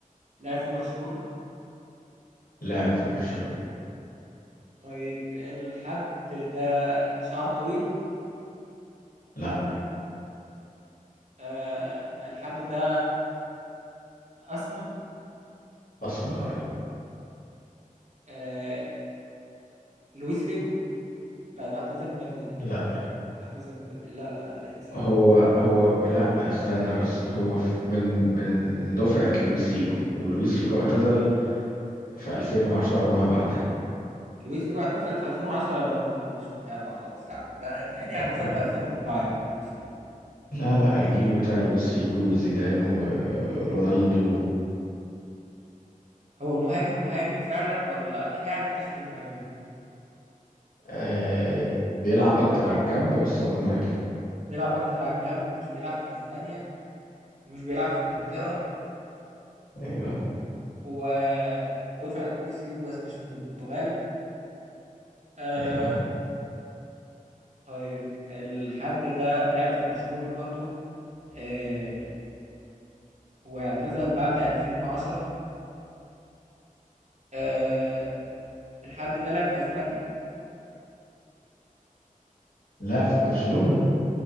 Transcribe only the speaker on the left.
لعب في برشلونة
لا
اسمراني
لا
هو
هو ب- لا استنى بس هو في- من من دفعة لويس فيجو ولويس فيجو اعتزل في 2010 وما بعدها
آه.
لا لا الجيل بتاع لويس فيجو وزيدان ورونالدو
آه بيلعب اكتر على الجنب بس هو مهاجم
ايوه
ايوه
لا في برشلونة